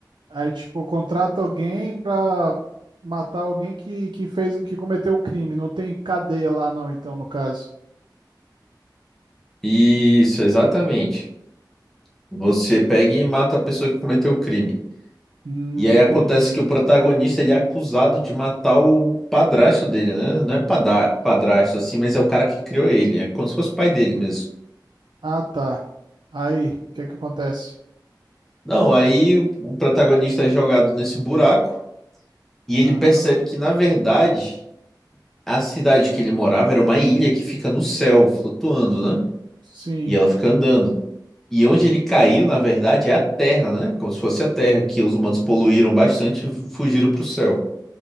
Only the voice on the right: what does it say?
aí, tipo, contrata alguém pra matar alguém que, que fez, que cometeu o crime. Não tem cadeia lá, não, então, no caso.
Hum,
entendi.
Ah, tá. Aí, o que é que acontece?
Aham,
sim.